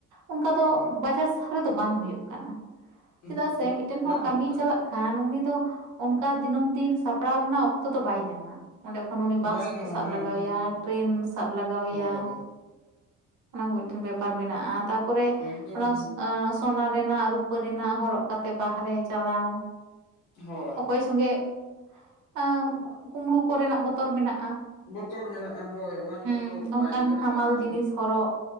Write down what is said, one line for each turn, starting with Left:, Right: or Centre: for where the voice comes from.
Right: ᱚᱱᱠᱟ ᱫᱚ
Left: ᱦᱮᱸ,
Right: ᱵᱟᱡᱟᱨ ᱥᱟᱨᱮ ᱫᱚ ᱵᱟᱝ ᱦᱩᱭᱩᱜ ᱠᱟᱱᱟ,
Left: ᱩᱸᱦᱩᱜ,
Right: ᱪᱮᱫᱟᱜ
Left: ᱩᱸᱦᱩᱜ
Right: ᱥᱮ ᱢᱤᱫᱴᱮᱱ ᱦᱚᱲ
Left: ᱵᱟᱝ
Right: ᱠᱟᱹᱢᱤᱭ
Left: ᱦᱩᱭᱩᱜ ᱠᱟᱱᱟ
Right: ᱪᱟᱞᱟᱜ
Left: ᱛᱚ᱾
Right: ᱠᱷᱟᱱ ᱩᱱᱤ ᱫᱚ ᱚᱱᱠᱟ ᱫᱤᱱᱟᱹᱢ ᱫᱤᱱ ᱥᱟᱯᱲᱟᱣ ᱨᱮᱱᱟᱜ ᱚᱠᱛᱚ ᱫᱚ ᱵᱟᱭ ᱧᱟᱢᱟ᱾ ᱚᱸᱰᱮ ᱠᱷᱚᱱ ᱩᱱᱤ ᱵᱟᱥ
Left: ᱵᱟᱭ ᱧᱟᱢᱟ
Right: ᱥᱟᱵ
Left: ᱦᱮᱸ
Right: ᱞᱟᱜᱟᱣᱟᱭᱟ
Left: ᱦᱮᱸ ᱦᱮᱸ
Right: ᱴᱨᱮᱱ ᱥᱟᱵ ᱞᱟᱜᱟᱣᱮᱭᱟ
Left: ᱦᱳᱭ
Right: ᱚᱱᱟ ᱠᱚ ᱢᱤᱫᱴᱮᱱ ᱵᱮᱯᱟᱨ ᱢᱮᱱᱟᱜᱼᱟ ᱛᱟᱨᱯᱚᱨᱮ
Left: ᱮᱠᱫᱚᱢ
Right: ᱚᱱᱟ
Left: ᱦᱮᱸ
Right: ᱮᱸᱻ ᱥᱚᱱᱟ ᱨᱮᱱᱟᱜ, ᱨᱩᱯᱟᱹ ᱨᱮᱱᱟᱜ ᱦᱚᱨᱚᱜ ᱠᱟᱛᱮ ᱵᱟᱦᱨᱮ ᱪᱟᱞᱟᱣ
Left: ᱦᱳᱭ᱾
Right: ᱚᱠᱚᱭ ᱥᱚᱸᱜᱮ <unintelligible> ᱠᱩᱢᱲᱩ ᱠᱚ ᱨᱮᱱᱟᱜ ᱵᱚᱛᱚᱨ ᱢᱮᱱᱟᱜᱼᱟ
Left: ᱵᱚᱛᱚᱨ ᱢᱮᱱᱟᱜᱼᱟ ᱦᱳᱭ ᱚᱱᱟ
Right: ᱦᱮᱸ
Left: ᱠᱚᱛᱚ
Right: ᱚᱱᱠᱟᱱ
Left: ᱵᱟᱭ ᱤᱭᱟᱹ ᱫᱟᱲᱮᱭᱟᱜᱼᱟ
Right: ᱦᱟᱢᱟᱞ
Left: ᱟᱫᱚ
Right: ᱡᱤᱱᱤᱥ ᱦᱚᱨᱚᱜ